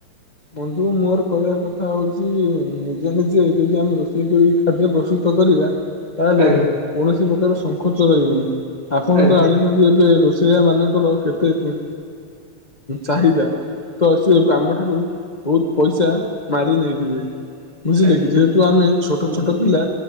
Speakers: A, on the left; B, on the right.
A: ବନ୍ଧୁ ମୋର କହିବା କଥା ହଉଛି ନିଜେ ନିଜେ ଯଦି ଆମେ ରୋଷେଇ କରି ଖାଦ୍ୟ ପ୍ରସ୍ତୁତ କରିବା ତାହେଲେ
B: ଆଜ୍ଞା
A: କୌଣସି ପ୍ରକାର ଶଙ୍ଖ ଚ ରହିବନି ଆପଣ
B: ଆଜ୍ଞା।
A: ତ ଆଣିଛନ୍ତି ଏବେ ଶଆ ମାନଙ୍କର କେତେ ଉ ଚାହିଦା ତ ସେ ଆମ ଠାରୁ ବହୁତ ପଇସା ମାରି ନେଇଯିବେ ବୁଝିଲେ
B: ଆଜ୍ଞା
A: କି ଯେହେତୁ ଆମେ ଛୋଟ
B: ହୁଁ
A: ଛୋଟ ପିଲା